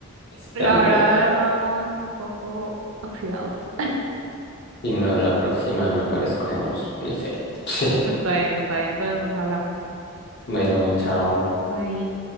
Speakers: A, on the left; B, on the right.
A: está
B: la
A: muy
B: verdad
A: largo, la
B: estamos
A: verdad.
B: un poco oxidados. <laughs>
A: Si no, la próxima mejor escogemos un diferente. <laughs>
B: Está bien, está bien, entonces nos hablamos.
A: Bueno, chao.
B: Bye.